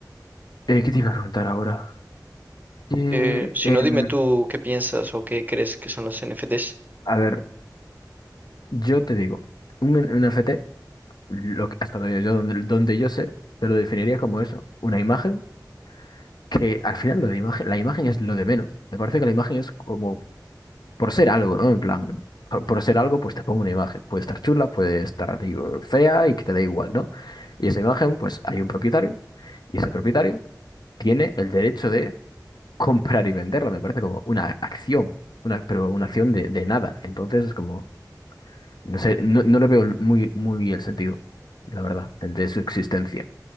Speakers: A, on the left (about 70°); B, on the right (about 25°).
A: eh, ¿qué te iba a preguntar ahora? Eh,
B: Eh, si
A: em,
B: no, dime tú qué piensas o qué crees que son los NFTs.
A: a ver. Yo te digo, un, un NFT, lo que- hasta donde yo, donde, donde yo sé, te lo definiría como eso, una imagen que al final lo de imagen, la imagen es lo de menos. Me parece que la imagen es como por ser algo, ¿no? En plan, por, por ser algo, pues te pongo una imagen. Puede estar chula, puede estar digo, fea y que te da igual, ¿no? Y esa imagen, pues hay un propietario y ese propietario tiene el derecho de <laughs> comprar y venderla. Me parece como una acción, una, pero una acción de, de nada. Entonces es como... No sé, no, no le veo muy, muy el sentido, la verdad, el de su existencia.